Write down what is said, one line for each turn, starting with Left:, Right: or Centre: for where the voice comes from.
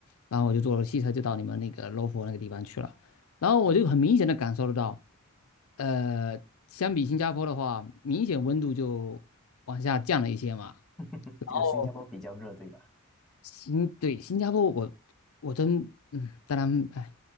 Left: 然后我就坐了汽车就到你们那个罗佛那个地方去了，然后我就很明显的感受得到。呃，相比新加坡的话，明显温度就往下降了一些嘛。
Centre: <laughs> 就新加坡比较热，
Left: 哦，
Centre: 对吧？
Left: 新对新加坡我，我真嗯，当然哎，